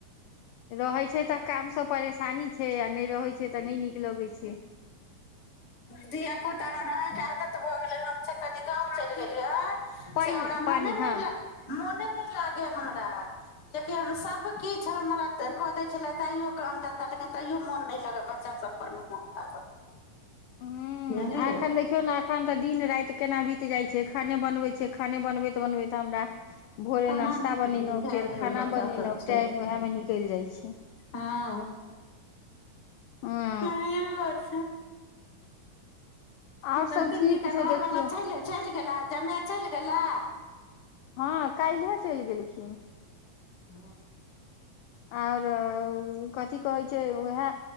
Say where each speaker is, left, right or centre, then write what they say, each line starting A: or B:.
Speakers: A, on the left (about 80°); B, on the left (about 45°).
A: रहैत छै तऽ कामसँ परेशानी छै आ नहि रहैत छै तऽ नहि नीक लगैत छै
B: धियिया पुता बड त भऽ गेले हमस कनी गांव चलि गेलियै
A: पानि
B: से हमरा मने
A: पानि हँ
B: नहि म नहि नहि लागय हमरा जेकि हम सभकिछु हमरा कऽ दै छलै तइयो काम धन्धा लेकिन तैयो मोन नहि लागय बच्चा सभ पर मे मोन लागल
A: ह
B: बुझलियै
A: आखणन देखियौ ने आखण त दिन राति केना बीत जाइ छै खाने बनबै छियै खाने बनबैत बनबैत हमरा भोरे
B: तहन
A: नाश्ता
B: की
A: बनेलहुँ
B: जाय
A: फेर
B: दियौ
A: खाना
B: बच्चा
A: बनेलहुँ
B: सब छै
A: टाइम ओएह मे निक कयल जाइत छै
B: हँ
A: हँ
B: ती आ छै
A: आओर
B: नन्दगीके
A: सभ ठीक छै
B: घरवला
A: देखियौ
B: च चलि गेला जमााय चलि गेला
A: हँ काल्े चलि गेलखिन
B: ह
A: आओर कथिी कहैत छै उएह